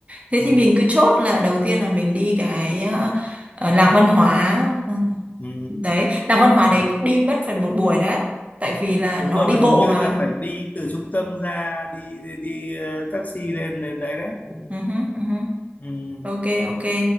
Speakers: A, on the right; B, on the left.
A: thế
B: ừ,
A: thì mình cứ chốt là đầu tiên là mình đi cái ờ, ờ, làng văn hóa
B: ừ,
A: đấy làng văn hóa
B: ừ.
A: đấy đi mất phần một buổi đấy tại vì là
B: đúng
A: nó
B: rồi
A: đi bộ
B: hình như
A: mà
B: là phải đi từ trung tâm ra đi đi, đi ờ, taxi lên đến đấy đấy
A: Ừ hứ, ừ hứ.
B: ừ,
A: ok ok